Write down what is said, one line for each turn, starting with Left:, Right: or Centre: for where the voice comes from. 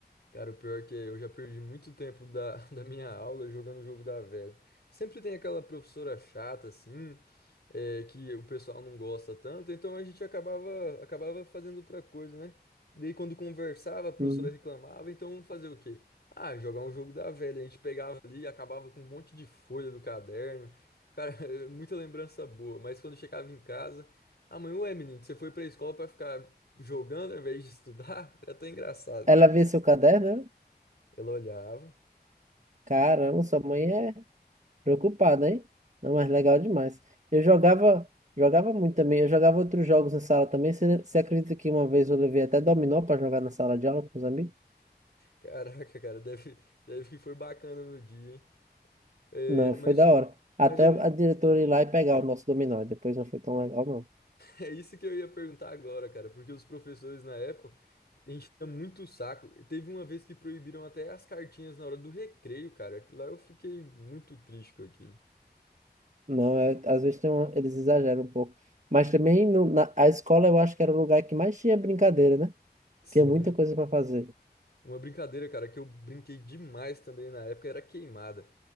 Left: Cara, o pior é que eu já perdi muito tempo da, <laughs> da minha aula jogando o jogo da velha. Sempre tem aquela professora chata, assim, é, que o pessoal não gosta tanto, então a gente acabava, acabava fazendo outra coisa, né? E daí quando conversava, a professora
Right: Hum.
Left: reclamava, então fazer o quê? Ah, jogar um jogo da velha. A gente pegava ali e acabava com um monte de folha do caderno. Cara, <laughs> é muita lembrança boa, mas quando chegava em casa, ah, mãe, ué, menino, você foi pra escola pra ficar jogando ao invés de estudar? <laughs> Era até engraçado,
Right: Ela
Left: cara.
Right: vê seu caderno, né?
Left: Ela olhava.
Right: Caramba, sua mãe é preocupada, hein? Não, mas legal demais. Eu jogava, jogava muito também. Eu jogava outros jogos na sala também. Você, você acredita que uma vez eu levei até dominó para jogar na sala de aula com os amigos?
Left: Caraca, cara, deve, deve que foi bacana no dia, hein? É,
Right: Não,
Left: mas,
Right: foi da hora. Até
Left: mas algum.
Right: a
Left: <laughs>
Right: diretora ir lá e pegar o nosso dominó. e Depois não foi tão legal, não.
Left: É isso que eu ia perguntar agora, cara, porque os professores na época enchiam muito o saco. Teve uma vez que proibiram até as cartinhas na hora do recreio, cara. Lá eu fiquei muito triste com aquilo.
Right: Não, é, às vezes tem uma- eles exageram um pouco. Mas também no- na, a escola eu acho que era o lugar que mais tinha brincadeira, né?
Left: Sim.
Right: Tinha muita coisa para fazer.
Left: Uma brincadeira, cara, que eu brinquei demais também na época era queimada.